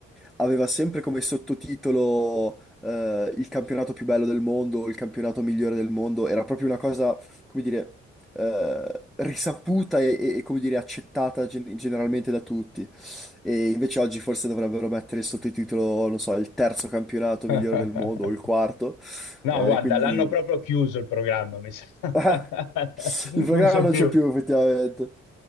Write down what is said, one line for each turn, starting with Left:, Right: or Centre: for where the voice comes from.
Centre: aveva sempre come sottotitolo eh, il campionato più bello del mondo, il campionato migliore del mondo. Era proprio una cosa, come dire eh, risaputa e, e- e, come dire accettata gen- generalmente da tutti. E invece oggi forse dovrebbero mettere il sottotitolo, non so, il terzo campionato migliore
Left: <laughs>
Centre: del mondo o il quarto.
Left: No,
Centre: Eh,
Left: guarda,
Centre: quindi
Left: l'hanno proprio chiuso il programma, mi sa. <laughs>
Centre: Ah, il programma
Left: Non c'è
Centre: non
Left: più.
Centre: c'è più, effettivamente.